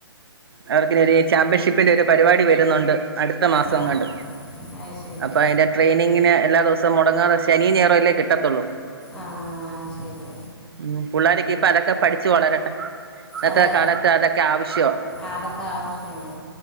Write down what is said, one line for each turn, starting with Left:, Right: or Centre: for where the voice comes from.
Right: അവർക്കനൊരു ചാമ്പ്യൻഷിപ്പിന്റെ ഒരു പരിപാടി വരുന്നുണ്ട് അടുത്ത മാസങ്ങാണ്ട്
Centre: ആ അത് ശരി
Right: അപ്പൊ അതിന്റെ ട്രെയിനിങ്ങിന് എല്ലാ ദിവസ മുടങ്ങാത ശനി ഞായറല്ലേ കിട ട്ടതൊള്ളൂ
Centre: ആ ശരി
Right: ഉ പിള്ളാരക്ക് പ്പ അതൊക്കെ പഠിച്ചച്ച് വളരട്ടെ ഇന്നത്തെ
Centre: അതെ
Right: കാലത്ത് അതൊക്കെ ആവശ്യോ
Centre: അതൊക്കെ ആവശ്യമാണ്